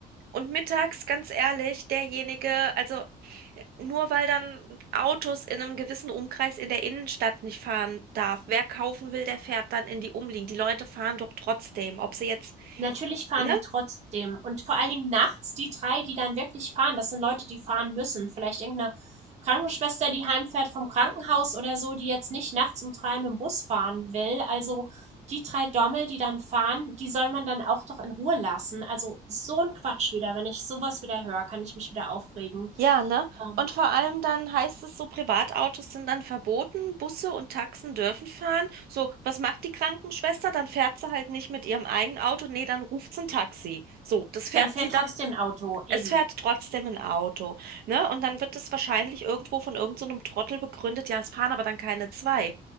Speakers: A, on the right; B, on the right.
A: Und mittags, ganz ehrlich, derjenige, also nur weil dann Autos in einem gewissen Umkreis in der Innenstadt nicht fahren darf, wer kaufen will, der fährt dann in die Umliegend. Die Leute fahren doch trotzdem, ob sie jetzt,
B: Natürlich fahren
A: ne?
B: die trotzdem. Und vor allen Dingen nachts die 3, die dann wirklich fahren, das sind Leute, die fahren müssen. Vielleicht irgendeine Krankenschwester, die heimfährt vom Krankenhaus oder so, die jetzt nicht nachts um 3 mit'm Bus fahren will. Also, die 3 Dommel, die dann fahren, die soll man dann auch doch in Ruhe lassen. Also, so ein Quatsch wieder. Wenn ich sowas wieder höre, kann ich mich wieder aufregen.
A: Ja, ne?
B: Ähm,
A: Und vor allem dann heißt es so, Privatautos sind dann verboten, Busse und Taxen dürfen fahren. So, was macht die Krankenschwester? Dann fährt sie halt nicht mit ihrem eigenen Auto, nee, dann ruft sie ein Taxi. So, das fährt
B: dann fährt
A: sie dann,
B: trotzdem ein Auto, eben.
A: es fährt trotzdem ein Auto, ne? Und dann wird es wahrscheinlich irgendwo von irgend so einem Trottel begründet, ja, es fahren aber dann keine zwei.